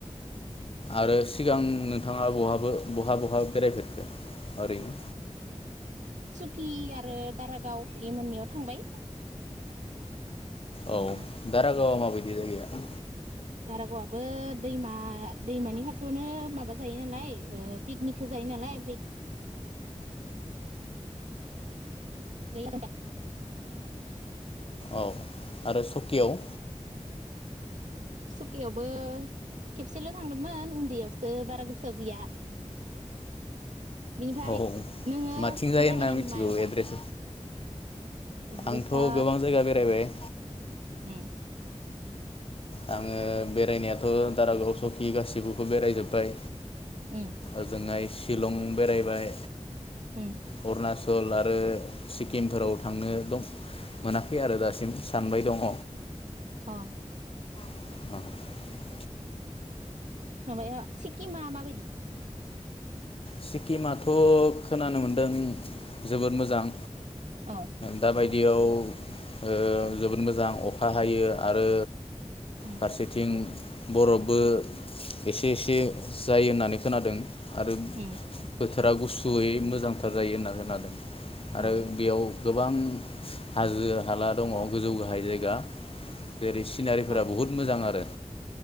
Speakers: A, on the left; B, on the right.
A: आरो सिगां नोंथाङा बहाबो बहा बहा बेरायफेरखो? ओरैनो
B: खि आरो दारागाव इ मोननैयाव थांबाय मोननै
A: औ दारागावआ माबायदि जायगाया?
B: दारागावबो दैमा दैमानि खाथियावनो माबा जायो नालाय पिकनिकखौ जायो नालाय <unintelligible>
A: औ आरो सकियाव?
B: सुकियावबो खेबसेल' थांदोंमोन उन्दैयावसो बारा गोसोआव गैया बिनिफ्राय
A: औ
B: नोङो
A: माथिं जायो
B: बेरायबाय
A: होनना
B: नामा
A: मिथिगौ
B: मायावबा?
A: एड्रेस
B: एड्रेसा
A: आंथ' गोबां जायगा बेरायबाय।
B: उम
A: आङो बेरायनायाथ' दारागाव सकि गासिखौबो बेरायजोब्बाय
B: उम
A: ओजोंहाय शिलं बेरायबाय
B: उम
A: अरुणाच‌ बेंगल आरो सिक्किमफोराव थांनो दं मोनाखै आरो दासिम सानबाय दङ'
B: अ
A: <inaudible>
B: माबाया सिक्किमा माबायदि?
A: सिक्किमआथ'‌ खोनानो मोन्दों जोबोद मोजां
B: अ
A: दाबाय बियाव ओ जोबोद मोजां अखा हायो आरो
B: उम
A: फारसेथिं बरफबो एसे एसे जायो होननानै खोनादों। आरो
B: उम
A: बोथोरा गुसुयै मोजांथार जायो होनना खोनादों आरो
B: अ
A: बेयाव गोबां हाजो हाला दङ गोजौ गाहाय जायग गा जेरै सिनारिफोरा
B: अ
A: बुहुत मोजां आरो।